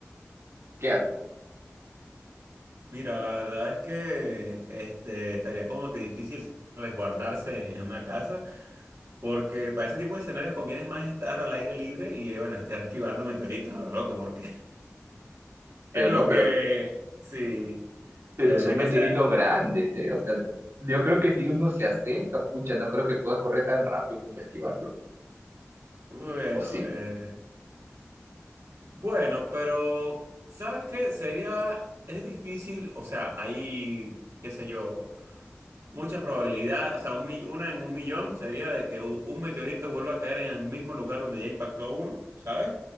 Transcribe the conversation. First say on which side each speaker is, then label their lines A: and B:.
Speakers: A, on the right; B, on the right.
A: ¿Qué haces?
B: Mira, la verdad es que este, estaría como que difícil resguardarse en una casa, porque para ese tipo de escenarios conviene más estar al aire libre y, eh, bueno, estar <laughs> esquivando meteoritos a lo loco, porque
A: Pero
B: Es lo
A: no, pero,
B: que, sí,
A: pero
B: de verdad
A: son meteoritos
B: que sea,
A: grandes, ¿eh? O sea, yo creo que si uno se acerca, pucha, no creo que puedas correr tan rápido como esquivarlo.
B: bueno,
A: ¿O sí?
B: eh, bueno, pero ¿sabes qué? Sería, es difícil, o sea, hay, qué sé yo, mucha probabilidad, o sea, un mi- una en un millón sería de que u- un meteorito vuelva a caer en el mismo lugar donde ya impactó uno, ¿sabes?